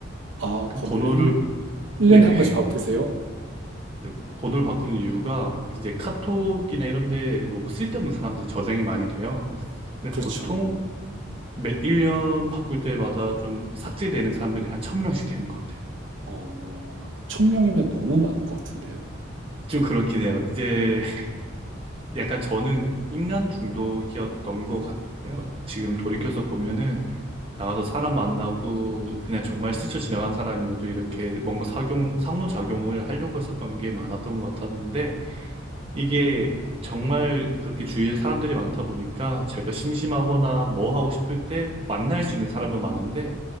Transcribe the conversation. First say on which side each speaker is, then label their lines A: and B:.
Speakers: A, on the right; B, on the right.
A: 아,
B: 그
A: 번호를
B: 번호를,
A: 1, 일년에
B: 네.
A: 한 번씩 바꾸세요?
B: <laughs> 번호를 바꾸는 이유가 이제 카톡이나 이런 데 너무 쓸데없는 사람들이 저장이 많이 돼요. 근데
A: 그렇죠.
B: 보통 매 1년 바꿀 때마다 좀 삭제되는 사람들이 한 천 명씩 되는 것 같아요.
A: 어, 천 명이면 너무 많은 것 같은데요.
B: 좀 그렇긴 해요. 이제 <laughs> 약간 저는 인간 중독이었던 것 같아요. 지금 돌이켜서 보면은 나가서 사람 만나고 그냥 정말 스쳐 지나간 사람이어도 이렇게 뭔가 작용, 상호작용을 하려고 했었던 게 많았던 것 같았는데 이게 정말 그렇게 주위에 사람들이 많다 보니까 제가 심심하거나 뭐 하고 싶을 때 만날 수 있는 사람은 많은데